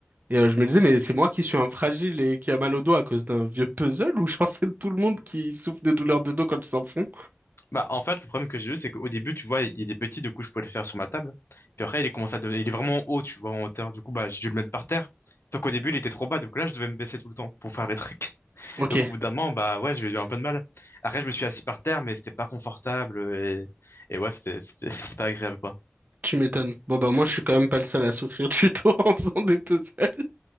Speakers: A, on the right; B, on the left.
A: Et euh, je me disais, mais c'est moi qui suis un fragile et qui a mal au dos à cause d'un vieux puzzle <laughs> ou genre c'est tout le monde qui souffre de douleurs de dos quand ils s'en font?
B: Bah, en fait, le problème que j'ai eu, c'est qu'au début, tu vois, il est petit, du coup, je pouvais le faire sur ma table. Puis après, il est commencé à devenir- il est vraiment haut, tu vois, en hauteur. Du coup, bah, j'ai dû le mettre par terre. Sauf qu'au début, il était trop bas, donc là, je devais me baisser tout le temps pour faire les trucs. <laughs>
A: Ok,
B: Donc, au bout d'un moment, bah, ouais, j'ai eu un peu de mal. Après, je me suis assis par terre, mais c'était pas confortable et, et ouais, c'était, c'était, <laughs> c'était pas agréable, quoi.
A: tu m'étonnes. Bon bah moi je suis quand même pas le seul à souffrir du dos <laughs> en faisant des puzzles.